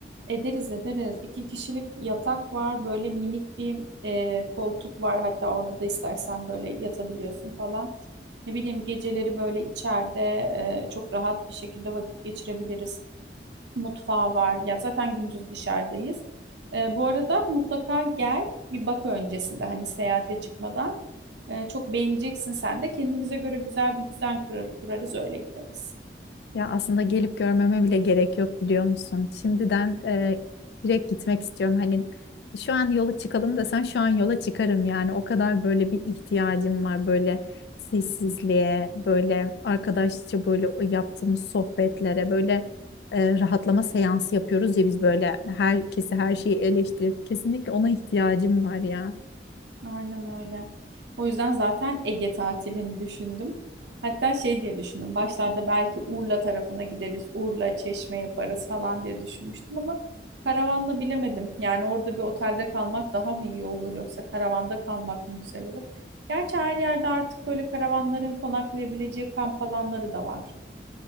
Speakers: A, on the right; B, on the left.
A: Ederiz ederiz. İki kişilik yatak var. Böyle minik bir e, koltuk var. Hatta orada da istersen böyle yatabiliyorsun falan. Ne bileyim geceleri böyle içeride e, çok rahat bir şekilde vakit geçirebiliriz. Mutfağı var. Ya zaten gündüz dışarıdayız. E, bu arada mutlaka gel bir bak öncesinde hani seyahate çıkmadan. E, çok beğeneceksin sen de. Kendimize göre güzel bir düzen kurar, kurarız öyle gideriz.
B: Ya aslında gelip görmeme bile gerek yok biliyor musun? Şimdiden e, direkt gitmek istiyorum. Hani şu an yola çıkalım desen şu an yola çıkarım yani. O kadar böyle bir ihtiyacım var böyle sessizliğe, böyle arkadaşça böyle o yaptığımız sohbetlere, böyle e, rahatlama seansı yapıyoruz ya biz böyle herkesi her şeyi eleştirip kesinlikle ona ihtiyacım var ya.
A: Aynen öyle. O yüzden zaten Ege tatilini düşündüm. Hatta şey diye düşündüm. Başlarda belki Urla tarafına gideriz. Urla, Çeşme yaparız falan diye düşünmüştüm ama karavanla bilemedim. Yani orada bir otelde kalmak daha mı iyi olur yoksa karavanda kalmak mı güzel olur? Gerçi her yerde artık böyle karavanların konaklayabileceği kamp alanları da var.